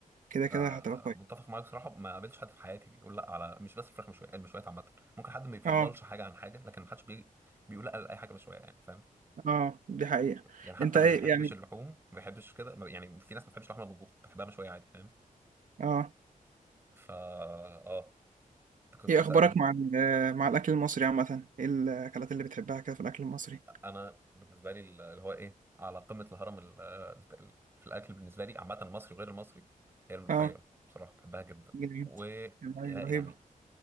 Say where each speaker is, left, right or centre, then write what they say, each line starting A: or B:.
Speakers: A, on the right; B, on the right.
A: كده كده
B: آه
A: هتبقى كويس
B: متفق معاك بصراحه ما قابلتش حد في حياتي بيقول لا على مش بس الفراخ مشويه المشويات عامه ممكن حد ما بيفضلش
A: اه
B: حاجه عن حاجه لكن ما حدش بي... بيقول لا لاي حاجه مشويه يعني فاهم
A: اه دي حقيقة
B: يعني حتى
A: أنت
B: اللي
A: إيه
B: ما بيحبش
A: يعني
B: اللحوم ما بيحبش كده ما- يعني في ناس ما بتحبش اللحمه المطبوخه بتحبها مشويه عادي فاهم
A: اه
B: فا اه انت كنت
A: إيه
B: بتسال
A: أخبارك
B: ايه
A: مع ال- مع الأكل المصري عامة إيه الأكلات اللي بتحبها كده في الأكل المصري
B: انا بالنسبه لي اللي هو ايه على قمه الهرم ال- ال- في الاكل بالنسبه لي عامه المصري وغير المصري هي الملوخيه
A: اه
B: بصراحه بحبها جدا
A: جميل
B: و يعني
A: رهيبة